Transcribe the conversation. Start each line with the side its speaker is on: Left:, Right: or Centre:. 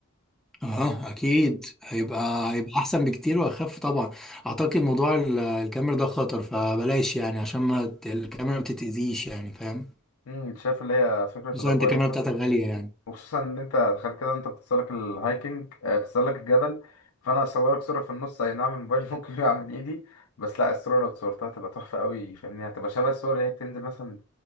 Centre: آه، اكيد هيبقى هيبقى احسن بكتير واخف طبعا اعتقد موضوع ال- الكاميرا ده خطر فبلاش يعني عشان ما ت- الكاميرا ما تتأذيش يعني فاهم
Left: امم شايف اللي هي فكرة تبقى
Centre: خصوصا
Left: كويسة
Centre: انت الكاميرا بتاعتك غالية يعني
Left: وخصوصا ان انت تخيل كده انت بتتسلق الهايكنج آه، بتتسلق الجبل فانا هصورك صورة في النص اي نعم الموبايل <laughs> ممكن يقع من ايدي بس لا الصورة لو اتصورتها هتبقى تحفة قوي فاهمني هتبقى شبه الصور اللي هي بتنزل مثلا